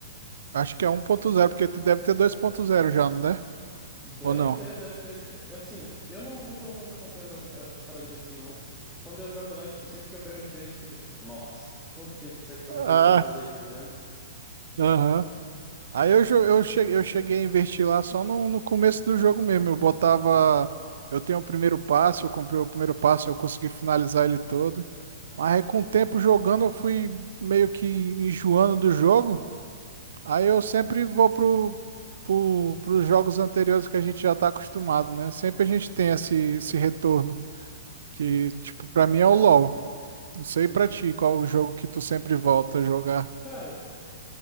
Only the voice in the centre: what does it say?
Deve
ter, deve ter. Tipo, assim, eu não, não tô muito acompanhando essa, essas paradas de skin, não. Quando eu jogo lá, tipo, sempre que eu pego uma diferente, eu fico tipo, nossa, quanto tempo que isso aqui tá
no jogo que eu não sei, tá ligado?
Uhum.
Sim,
sim.
Cara,